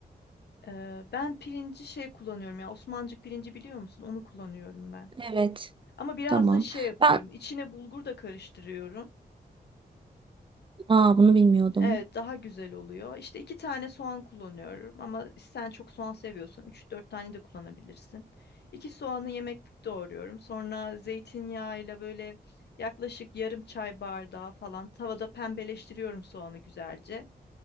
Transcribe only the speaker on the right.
Evet,
tamam.
Ben
aa, bunu bilmiyordum.